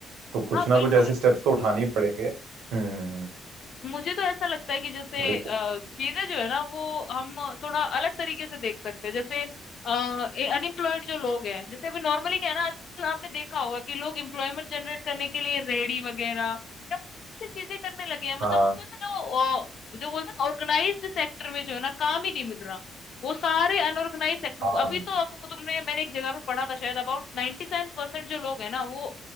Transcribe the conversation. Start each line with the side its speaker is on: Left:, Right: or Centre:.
Right: तो कुछ
Left: हाँ
Right: ना
Left: बिल्कुल
Right: कुछ ऐसे स्टेप्स तो उठाने ही पड़ेंगे हम्म हम्म, हम्म,
Left: मुझे तो ऐसा लगता है कि जैसे
Right: वही
Left: अ, चीजें जो है ना वो हम थोड़ा अलग तरीके से देख सकते हैं जैसे अनएम्प्लॉयड जो लोग हैं जैसे अभी नॉर्मली क्या है ना आजकल आपने देखा होगा कि लोग एम्प्लॉयमेंट जनरेट करने के लिए रेहड़ी वगैरह या ऐसी चीजें करने लगे हैं मतलब
Right: हाँ
Left: उनको ना जो अ, जो बोलते हैं ऑर्गेनाइज्ड सेक्टर में जो है ना काम ही नहीं मिल रहा वो सारे अनऑर्गेनाइज सेक्टर
Right: हाँ
Left: अभी तो आपको तुमने मैंने एक जगह पे पढ़ा था शायद अबाउट नाइन्टी सेवन परसेंट जो लोग है ना वो